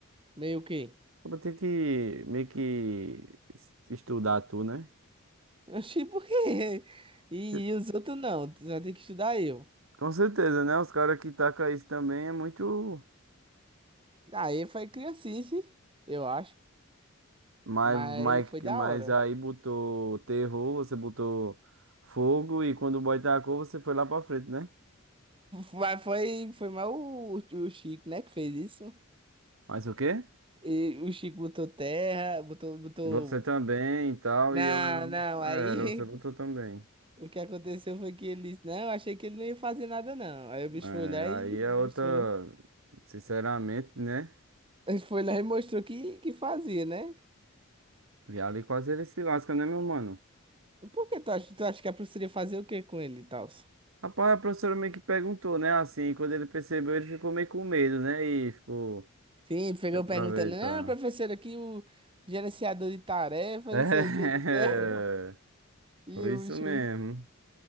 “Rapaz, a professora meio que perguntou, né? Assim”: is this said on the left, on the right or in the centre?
Right